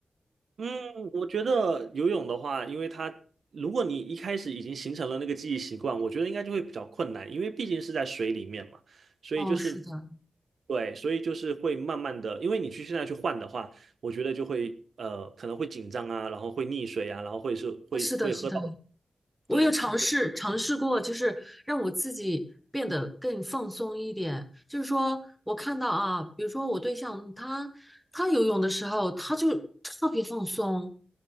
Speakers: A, on the right; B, in the centre.
A: 嗯，我觉得游泳的话，因为它如果你一开始已经形成了那个记忆习惯，我觉得应该就会比较困难，因为毕竟是在水里面嘛，所以就是
B: 哦，是的，
A: 对，所以就是会慢慢的，因为你去现在去换的话，我觉得就会呃可能会紧张啊，然后会溺水啊，然后会是会会喝到
B: 哦是的是的，我有尝试尝试过，
A: 对，所以
B: 就是让我自己变得更放松一点。就是说我看到啊，比如说我对象他他游泳的时候，他就特别放松，